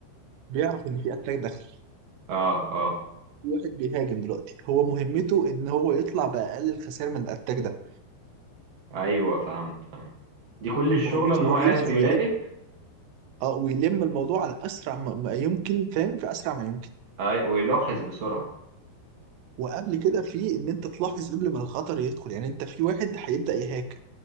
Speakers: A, on the right; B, on the right.
A: بيعرف ان في اتاك داخل
B: اه اه
A: في واحد بيهاجم دلوقتي هو مهمته ان هو يطلع باقل الخسائر من الاتاك ده
B: ايوه فهمت فهمت دي كل الشغلة
A: مهمته
B: ان
A: ان
B: هو
A: هو
B: قاعد
A: يلحق
B: بيراقب
A: يلم اه ويلم الموضوع على اسرع ما ما يمكن فاهم في اسرع ما يمكن
B: اي ويلاحظ بسرعة
A: وقبل كده في ان انت تلاحظ قبل ما الخطر يدخل يعني انت في واحد هيبدا يهاك